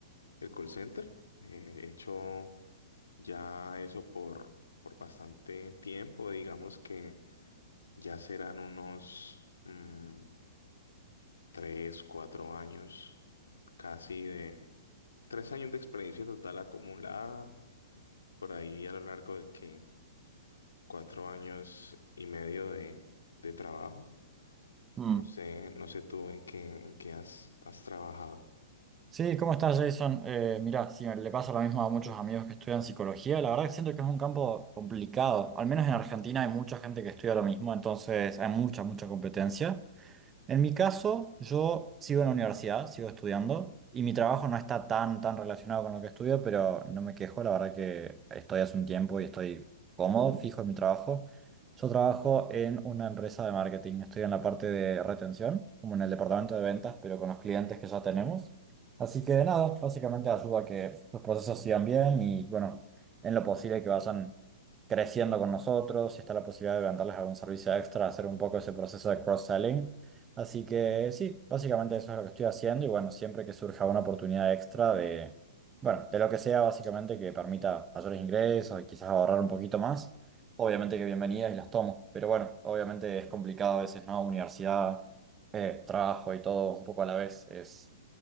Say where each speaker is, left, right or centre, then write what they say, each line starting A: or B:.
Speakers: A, on the left; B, on the right.
A: el call center. Eh, he hecho Ya eso por, por bastante tiempo, digamos que ya serán unos mm, tres, cuatro años, casi de tres años de experiencia total acumulada, por ahí a lo largo de que cuatro años y medio de, de trabajo.
B: Mm.
A: No sé, no sé tú en qué, en qué has, has trabajado.
B: Sí, ¿cómo estás, Jason? Eh, mira, sí, le pasa lo mismo a muchos amigos que estudian psicología. La verdad que siento que es un campo complicado. Al menos en Argentina hay mucha gente que estudia lo mismo, entonces hay mucha, mucha competencia. En mi caso, yo sigo en la universidad, sigo estudiando y mi trabajo no está tan, tan relacionado con lo que estudio, pero no me quejo, la verdad que estoy hace un tiempo y estoy cómodo, fijo en mi trabajo. Yo trabajo en una empresa de marketing, estoy en la parte de retención, como en el departamento de ventas, pero con los clientes que ya tenemos. Así que nada, básicamente ayuda a que los procesos sigan bien y bueno, en lo posible que vayan creciendo con nosotros, si está la posibilidad de venderles algún servicio extra, hacer un poco ese proceso de cross-selling. Así que sí, básicamente eso es lo que estoy haciendo y bueno, siempre que surja una oportunidad extra de, bueno, de lo que sea básicamente que permita mayores ingresos y quizás ahorrar un poquito más, obviamente que bienvenidas y las tomo, pero bueno, obviamente es complicado a veces, ¿no? Universidad, eh, trabajo y todo un poco a la vez, es,